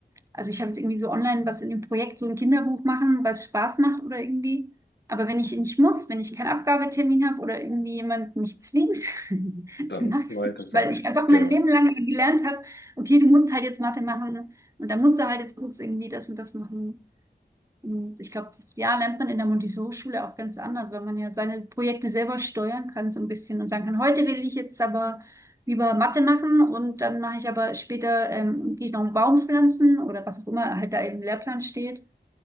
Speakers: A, on the right; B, on the left.
A: also ich habe jetzt irgendwie so online was in dem Projekt, so ein Kinderbuch machen, was Spaß macht oder irgendwie. Aber wenn ich nicht muss, wenn ich keinen Abgabetermin habe oder irgendwie jemand mich zwingt, <laughs> dann
B: dann
A: mache
B: weiter
A: ich es nicht.
B: sammeln.
A: Weil ich einfach
B: Genau.
A: mein Leben lang gelernt habe, okay, du musst halt jetzt Mathe machen und dann musst du halt jetzt kurz irgendwie das und das machen. Und ich glaube, das ja, lernt man in der Montessori-Schule auch ganz anders, weil man ja seine Projekte selber steuern kann, so ein bisschen und sagen kann, heute will ich jetzt aber lieber Mathe machen und dann mache ich aber später, ähm, gehe ich noch einen Baum pflanzen oder was auch immer halt da im Lehrplan steht.